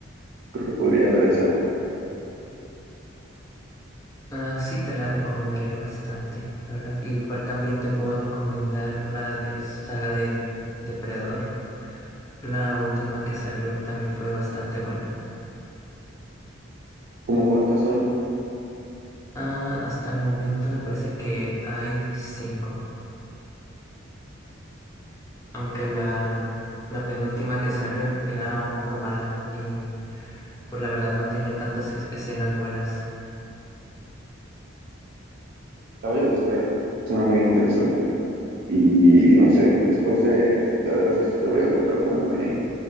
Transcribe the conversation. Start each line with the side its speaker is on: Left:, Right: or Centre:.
Right: creo que podría ver esa.
Left: Ah, sí, te la recomendaría bastante, la verdad. Igual también te puedo recomendar la de saga de Depredador. La última que salió también fue bastante buena.
Right: ¿Cómo cuántas son?
Left: Ah, hasta el momento me parece que hay cinco, aunque la, la penúltima que salió era un poco mala y pues la verdad no tiene tantas ex- escenas buenas.
Right: La voy a buscar, suena muy interesante. Y no sé, después de, de haberlas visto te voy a contar cómo me,